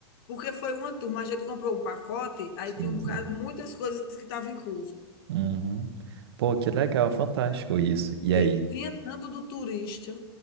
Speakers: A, on the left; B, on the right.
A: porque foi uma turma, a gente comprou um pacote, aí
B: Sim,
A: tinha um bocado
B: sim.
A: muitas coisas que estava incluso.
B: Uhum. Pô, que legal, fantástico isso. E
A: Tem
B: aí?
A: tinha tanto do turista,